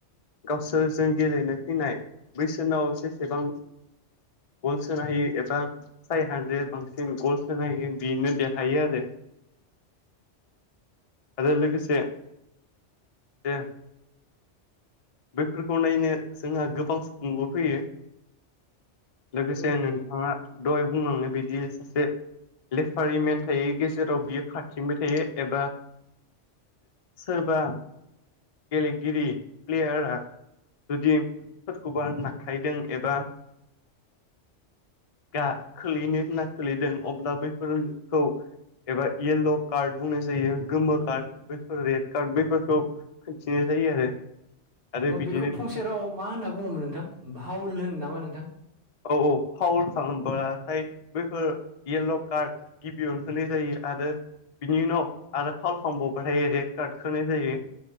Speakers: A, on the left (about 35°); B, on the right (about 55°).
A: गावसोरजों गेलेनो फैनाय बैसोरनाव जेसेबां गल सोनो हायो एबा फाइभ हानद्रेद बांसिन गल्स सोनो हायो बिनो देरहायो आरो <unintelligible> आरो लोगोसे जे बेफोरखौ नायनो जोंहा गोबां नबो फैयो लोगोसे
B: औ नोंथां
A: नोंथाङा दहाय बुंलांनो बिदि सासे लेफारि मेन थायैनि गेजेराव बियो खाथिंबाय थायो एबा सोरबा गेलेगिरि प्लेयारा जुदि सोरखौबा नाख्लायदों एबा गा खोलैनो होनना खोलैदों अब्ला बैफोरफोरखौ एबा येल्ल' कार्ड बुंनाय जायो गोमो कार्ड बेफोर रेड कार्ड बैफोरखौ दिन्थि रो आरो। आरो
B: औ
A: बिदिनो
B: बेखौ फंसे
A: बिथां
B: रावाव मा होनना बुङोमोन नोंथां भाल होनो नामा नोंथां
A: औ औ पावार खालामबाथाय बैफोर येल्ल' कार्ड गिबियावनो होनाय जायो। आरो बिनि उनाव आरो फाव खालामबावबाथाय रेड कार्ड होनाय जायो।